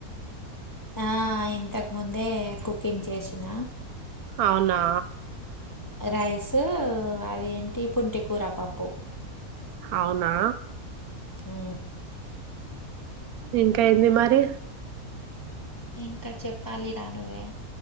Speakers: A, on the left; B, on the right.
A: ఆ ఇంతకు ముందే కుకింగ్ చేసిన
B: అవున నా
A: రైస్ అదేంటి పుంటి కూర పప్పు
B: అవునా
A: ఆ
B: ఇంకా ఏంది మరి
A: ఇంకా చెప్పాలి రానువే